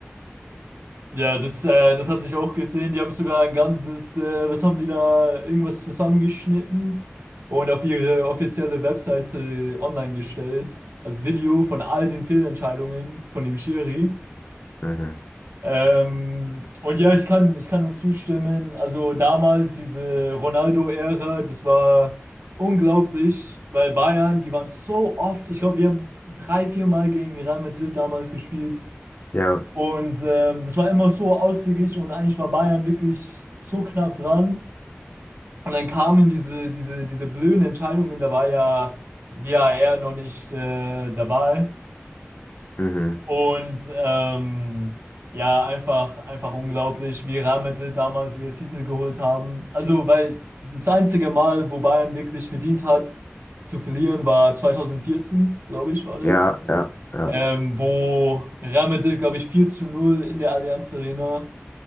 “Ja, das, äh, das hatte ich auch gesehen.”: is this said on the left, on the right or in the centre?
Right